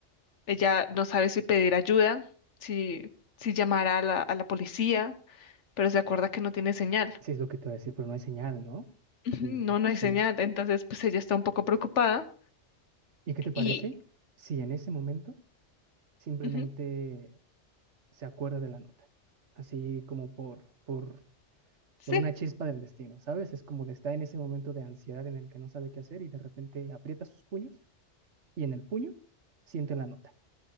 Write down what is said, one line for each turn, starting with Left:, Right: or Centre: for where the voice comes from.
Left: Ella no sabe si pedir ayuda, si, si llamar a la, a la policía, pero se acuerda que no tiene señal.
Right: Sí, es lo que te voy a decir, pero no hay señal, ¿no?
Left: Ujú,
Right: ¿Y
Left: No, no hay
Right: qué,
Left: señal. Entonces, pues ella está un poco preocupada
Right: y qué te parece
Left: y...
Right: si en ese momento simplemente
Left: ujú,
Right: se acuerda de la nota? Así como por, por,
Left: Sí,
Right: por una chispa del destino, ¿sabes? Es como que está en ese momento de ansiedad en el que no sabe qué hacer y de repente aprieta sus puños y en el puño siente la nota.